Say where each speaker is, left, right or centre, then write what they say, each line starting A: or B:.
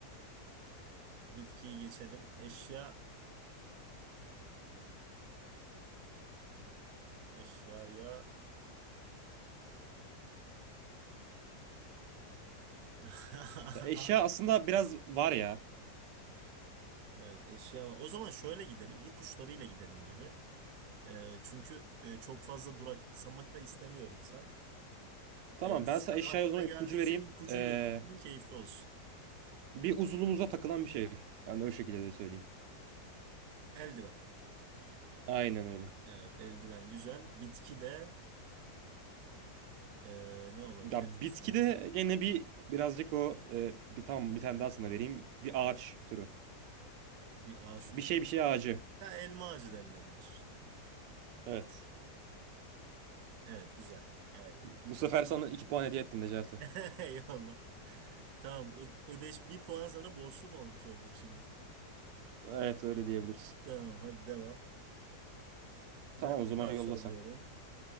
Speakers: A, on the right (about 70°); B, on the right (about 90°).
A: Bitkiyi geçelim. Eşya e, eşyaya <laughs>
B: Ya eşya aslında biraz var ya.
A: evet eşya var. O zaman şöyle gidelim. İpuçlarıyla gidelim abi. E, çünkü e, çok fazla duraksamak da istemiyor insan.
B: Tamam
A: E, sen
B: ben sana eşyaya
A: aklına
B: o zaman
A: geldiyse
B: ipucu vereyim.
A: ipucuyla
B: E,
A: gitsin, keyifli olsun.
B: bir uzunluğumuza takılan bir şey. Hani o şekilde de söyleyeyim.
A: Eldiven.
B: Aynen öyle.
A: Evet, eldiven güzel. Bitki de e, ne olabilir
B: Ya bitkide
A: düşünüyorum.
B: gene bir birazcık o e, bir tamam bir tane daha sana vereyim. Bir ağaç türü.
A: Bir ağaç
B: Bir
A: türü.
B: şey bir şey ağacı.
A: Ha, elma ağacı denilebilir.
B: Evet.
A: Evet, güzel. Gayet iyi.
B: Bu sefer
A: Tamam.
B: sana
A: bir-
B: 2 puan
A: bir-
B: hediye ettim Necati.
A: <laughs> Eyvallah. Tamam, ö- ödeş bir puan sana borçlu mu olmuş oldum şimdi?
B: Evet öyle diyebiliriz.
A: Tamam, hadi devam. Ben
B: Tamam o zaman
A: harf
B: yolla
A: söylüyorum.
B: sen.